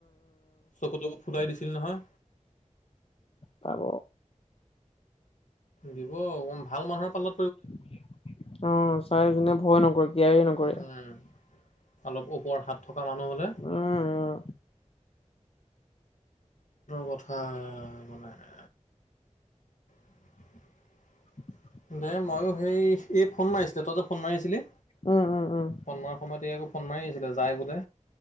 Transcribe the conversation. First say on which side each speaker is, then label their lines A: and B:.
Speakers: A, on the left; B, on the left.
A: চকু তকু ফুলাই দিছিল নহয়
B: পাব
A: দিব অকণ ভাল মানুহে পালে
B: অহ চাই যোনে ভয়ে নকৰে কিয়াৰে নকৰে
A: উম অলপ ওপৰত হাত থকা মানুহ হ'লে
B: উম
A: কথাৰ মানে <unintelligible>
B: <unintelligible>
A: দে ময়ো সেই এই ফোন মাৰিছিলে তই যে ফোন মাৰিছিলি
B: উম উম উম
A: ফোন মৰাৰ সময়ত এই আকৌ ফোন মাৰি আছিলে যাই বোলে